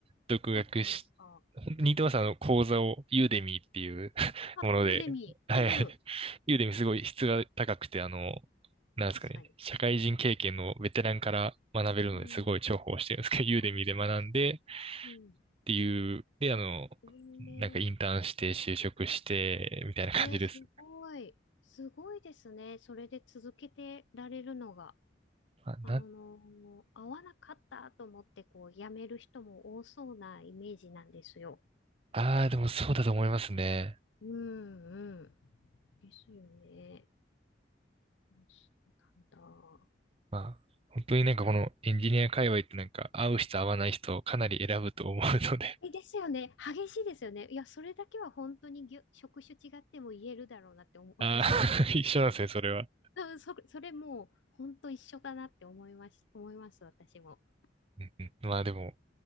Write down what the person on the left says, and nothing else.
だったんですか。
あ、
ユーデミー。
うんうん。
確かに。
うん。
あ、確かに。うん。
ええ
ええすごい。すごいですね。それで続けてられるのが。
あの、
合わなかったと思ってこう辞める人も多そうなイメージなんですよ。
うんうん。ですよね。そうなんだ。
え、ですよね。激しいですよね。いや、それだけは本当にぎゅ職種違っても言えるだろうなって思う、
私も、
うん、そ、それもう本当一緒だなって思います、思います、私も。